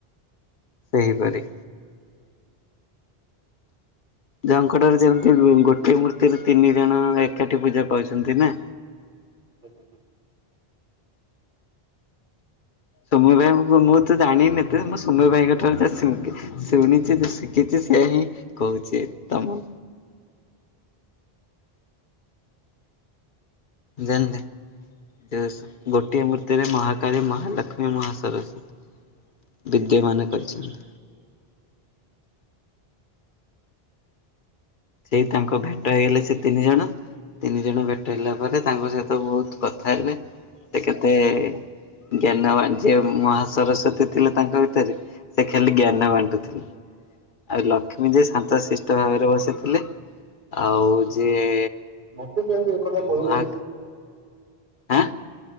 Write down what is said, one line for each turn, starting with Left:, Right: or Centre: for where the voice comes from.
Left: ସେହିପରି। ଝଙ୍କଡ଼ରେ ଯେମିତି ଗୋଟିଏ ମୂର୍ତ୍ତିରେ ତିନି ଜଣ ଏକାଠି ପୂଜା ପାଉଛନ୍ତି ନା।
Right: ହୁଁ ହୁଁ।
Left: ସୌମ୍ୟ ଭାଇଙ୍କୁ ମୁଁ ମୁଁ ତ ଜାଣିନି ଏତେ। ମୁଁ ସୌମ୍ୟ ଭାଇଙ୍କଠାରୁ ଯାହା ସେ ଶୁଣିଛି ଯାହା ଶିଖିଛି। ସେୟା ହିଁ କହୁଛି ତମକୁ। ଜାଣିଲେ? <unintelligible> ଗୋଟିଏ ମୂର୍ତ୍ତିରେ ମହା କାଳୀ, ମହା ଲକ୍ଷ୍ମୀ, ମହା ସରସ୍ଵତୀ। ବିଦ୍ୟ ମାନ
Right: ଆଚ୍ଛା
Left: କରିଛନ୍ତି। ସେଇ ତାଙ୍କ ଭେଟ ହେଇଗଲେ ସେ ତିନି ଜଣ। ତିନି ଜଣ ଭେଟ
Right: ହୁଁ
Left: ହେଇଲା ପରେ। ତାଙ୍କ ସହିତ ବହୁତ୍ କଥା ହେଲି। ସେ କେତେ ଜ୍ଞାନ ବାଣ୍ଟେ ଯିଏ। ମହା ସରସ୍ଵତୀ ଥିଲେ ତାଙ୍କ ଭିତେରେ ସେ ଖାଲି ଜ୍ଞାନ
Right: ହୁଁ,
Left: ବାଣ୍ଟୁଥିଲେ। ଆଉ ଲକ୍ଷ୍ମୀ
Right: ଆଚ୍ଛା
Left: ଯେ, ଶାନ୍ତ ଶିଷ୍ଟ ଭାବରେ ବସି ଥିଲେ। ଆଉ ଯିଏ
Right: ମତେ କାହିଁକି ଏଇ କଥା କହିଲେନି?
Left: ମହା ଆଁ?